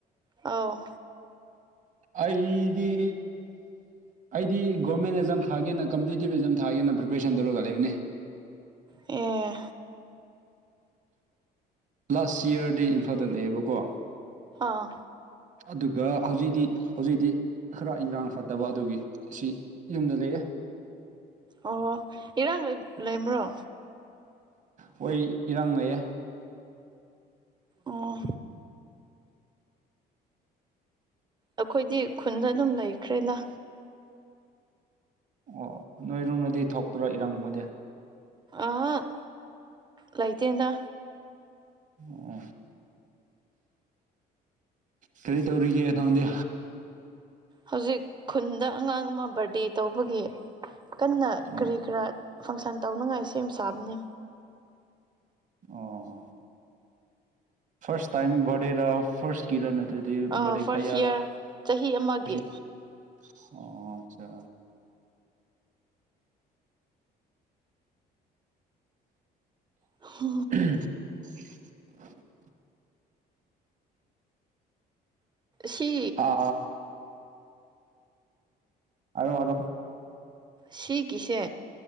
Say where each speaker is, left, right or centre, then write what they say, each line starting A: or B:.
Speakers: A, on the right; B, on the right.
A: ꯑꯧ
B: ꯑꯩꯗꯤ ꯑꯩꯗꯤ ꯒꯣꯔꯃꯦꯟ ꯑꯦꯛꯖꯥꯝ ꯊꯥꯒꯦꯅ ꯀꯝꯄꯤꯇꯤꯇꯤꯞ ꯑꯦꯖꯥꯝ ꯊꯥꯒꯦꯅ ꯄ꯭ꯔꯤꯄꯦꯔꯦꯁꯟ ꯇꯧꯔꯒ ꯂꯩꯕꯅꯤ꯫
A: ꯑꯦ
B: ꯂꯥꯁ ꯌꯥꯔꯗꯤ ꯏꯝꯐꯥꯜꯗ ꯂꯩꯥꯑꯦꯕꯀꯣ꯫
A: ꯑꯥ
B: ꯑꯗꯨꯒ ꯍꯧꯖꯤꯛꯇꯤ ꯍꯧꯖꯤꯛꯇꯤ ꯈꯔ ꯏꯔꯥꯡ ꯐꯠꯇꯕ ꯑꯗꯨꯒꯤ ꯁꯤ ꯌꯨꯝꯗ ꯂꯩꯑꯦ꯫
A: ꯑꯣ ꯏꯔꯥꯡ ꯂꯩ- ꯂꯩꯕ꯭ꯔꯣ
B: ꯍꯣꯏ ꯏꯔꯥꯡ ꯂꯩꯌꯦ꯫
A: ꯑꯣ ꯑꯩꯈꯣꯏꯗꯤ ꯈꯨꯟꯗ ꯑꯗꯨꯝ ꯂꯩꯈ꯭ꯔꯦꯗ꯫
B: ꯑꯣ ꯅꯣꯏꯔꯣꯝꯗꯗꯤ ꯊꯣꯛꯇꯔꯣ ꯏꯔꯥꯡꯒꯨꯝꯕꯗꯤ
A: ꯑ ꯂꯩꯇꯦꯗ꯫
B: ꯑꯣ ꯀꯔꯤ ꯇꯧꯔꯤꯒꯦ ꯅꯪꯗꯤ
A: ꯍꯧꯖꯤꯛ ꯈꯨꯟꯗ ꯑꯉꯥꯡ ꯑꯃ ꯕꯥꯔꯗꯦ ꯇꯧꯕꯒꯤ ꯀꯟꯅ
B: ꯑꯣ
A: ꯀꯔꯤ ꯀꯔꯥ ꯐꯪꯁꯟ ꯇꯧꯅꯉꯥꯏ ꯁꯦꯝ ꯁꯥꯕꯅꯦ꯫
B: ꯑꯣ ꯐꯥꯔꯁ ꯇꯥꯏꯝ ꯕꯔꯗ‌ꯦ ꯔ‌ꯣ ꯐꯔꯁ ꯀꯤꯔ ꯅꯠꯇ꯭ꯔꯗꯤ
A: ꯑꯥ
B: ꯕꯥꯔꯗ‌ꯦ
A: ꯐꯥꯔꯁ
B: ꯀꯌꯥ
A: ꯏꯌꯥꯔ ꯆꯍꯤ ꯑꯃꯒꯤ
B: <unintelligible> ꯑꯣ ꯑꯆꯥ
A: ꯍ
B: <unintelligible>
A: ꯁꯤ
B: ꯑꯥ ꯍꯥꯏꯔ‌ꯣ ꯍꯥꯏꯔ‌ꯣ
A: ꯁꯤꯒꯤꯁꯦ